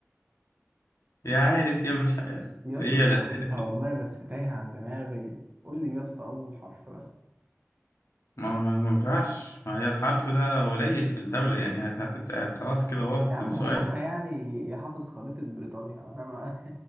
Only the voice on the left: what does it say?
يا عارف يا مش عارف
هي
الأسئلة
كده
ما هو ما ما ينفعش ما هي الحرف ده قليل في الدولة يعني هت هت هت خلاص كده باظت
السؤال